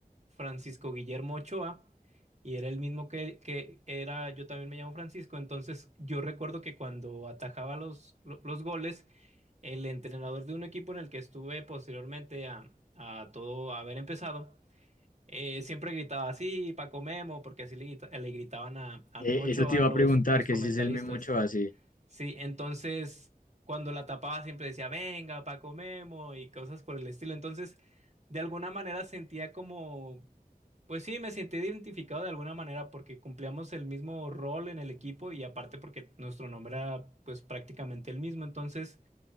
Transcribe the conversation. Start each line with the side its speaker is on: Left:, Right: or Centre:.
Right: Francisco Guillermo Ochoa y era el mismo que, que era, yo también me llamo Francisco, entonces yo recuerdo que cuando atajaba los, lo- los goles, el entrenador de un equipo en el que estuve posteriormente a, a todo haber empezado, eh, siempre gritaba así, Paco Memo, porque así le, grita- le gritaban a, a
Left: Eh,
Right: Memo Ochoa
Left: eso te iba
Right: los,
Left: a preguntar,
Right: los
Left: que
Right: comentaristas.
Left: si es el mismo Ochoa, sí.
Right: Sí, entonces cuando la tapaba siempre decía, venga, Paco Memo y cosas por el estilo. Entonces, de alguna manera sentía como, pues sí, me sentí identificado de alguna manera porque cumplíamos el mismo rol en el equipo y aparte porque nuestro nombre era pues prácticamente el mismo. Entonces,